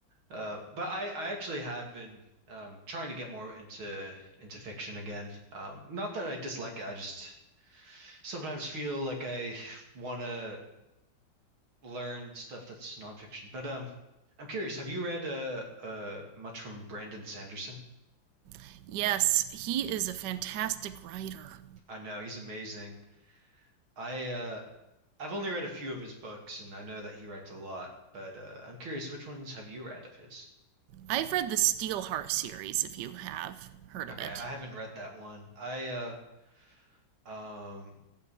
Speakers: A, on the right; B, on the right.
A: Uh, but I, I actually have been um, trying to get more into into fiction again. Um, not that I dislike it, I just sometimes feel like I want to learn stuff that's nonfiction. But um, I'm curious, have you read uh, uh, much from Brandon Sanderson?
B: <laughs> yes, he is a fantastic writer.
A: I know he's amazing. I uh, I've only read a few of his books, and I know that he writes a lot. But uh, I'm curious, which ones have you read of his?
B: I've read the Steelheart series, if you have heard
A: Okay,
B: of it.
A: I haven't read that one. I uh, um,